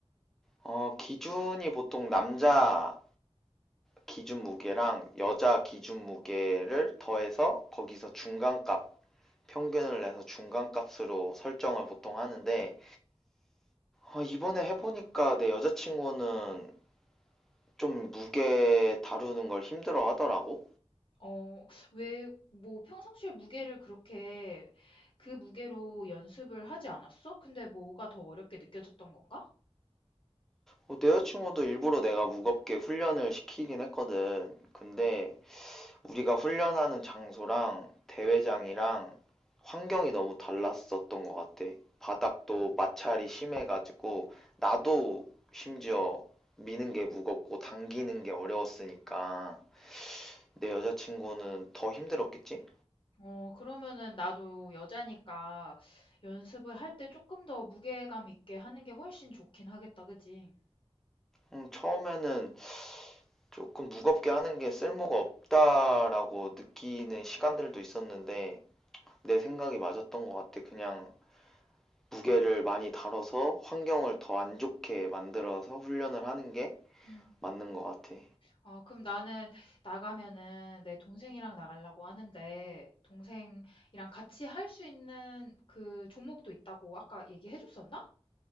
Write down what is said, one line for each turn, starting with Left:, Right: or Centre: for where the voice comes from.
Centre: 어, 기준이 보통 남자 기준 무게랑 여자 기준 무게를 더해서 거기서 중간값, 평균을 내서 중간값으로 설정을 보통 하는데, 아, 이번에 해보니까 내 여자친구는 좀 무게 다루는 걸 힘들어 하더라고.
Left: 어, 왜, 뭐 평상시에 무게를 그렇게 그 무게로 연습을 하지 않았어? 근데 뭐가 더 어렵게 느껴졌던 건가?
Centre: 어, 내 여자친구도 일부러 내가 무겁게 훈련을 시키긴 했거든. 근데 우리가 훈련하는 장소랑 대회장이랑 환경이 너무 달랐었던 것 같아. 바닥도 마찰이 심해가지고, 나도 심지어 미는 게 무겁고 당기는 게 어려웠으니까, 내 여자친구는 더 힘들었겠지?
Left: 어, 그러면은 나도 여자니까 연습을 할 때 조금 더 무게감 있게 하는 게 훨씬 좋긴 하겠다, 그지?
Centre: 음, 처음에는 조금 무겁게 하는 게 쓸모가 없다라고 느끼는 시간들도 있었는데, 내 생각이 맞았던 것 같아. 그냥 무게를 많이 다뤄서 환경을 더 안 좋게 만들어서 훈련을 하는 게
Left: 음.
Centre: 맞는 것 같아.
Left: 아, 그럼 나는 나가면은 내 동생이랑 나가려고 하는데, 동생이랑 같이 할 수 있는 그 종목도 있다고 아까 얘기해 줬었나?